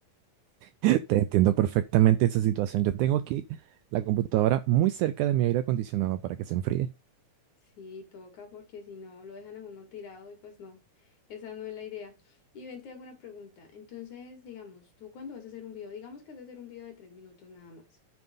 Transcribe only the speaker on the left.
Sí, toca porque si no lo dejan a uno tirado y pues no, esa no es la idea. Y ven, te hago una pregunta. Entonces, digamos, tú cuando vas a hacer un video, digamos que vas a hacer un video de tres minutos nada más,